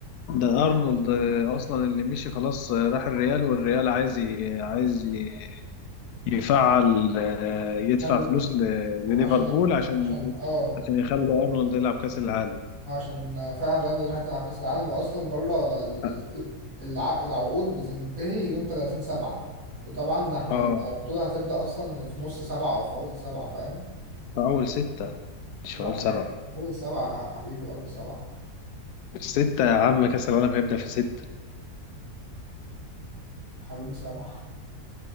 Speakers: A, on the left; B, on the right.
A: ده أرنولد آه، أصلا اللي مشي خلاص آه، راح الريال والريال عايز ي- عايز ي- يفعل آه، يدفع
B: عشان
A: فلوس
B: ال-
A: ل-
B: عشان
A: لليفربول
B: ال-
A: عشان
B: عشان اه
A: عشان يخلوا أرنولد يلعب كأس العالم
B: عشان فعلا ريال مدريد هتلعب كأس العالم وأصلا بره ال-
A: اه
B: الع- العقود بتنتهي يوم 30 سبعة وطبعا احنا
A: آه،
B: البطولة هتبدأ أصلا في نص سبعة أو في أول سبعة فاهم؟
A: في أول ستة مش
B: لا
A: في أول سبعة
B: أول سبعة يا حبيبي أول سبعة
A: ستة يا عم كأس العالم هيبدأ في ستة
B: حبيبي سبعة